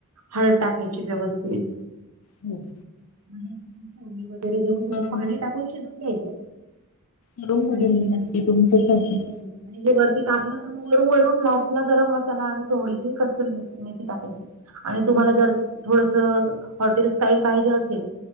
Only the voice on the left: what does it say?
हं.
करून
करून बघेन
मी नक्की तुमच्यासारखी.
हां, हां.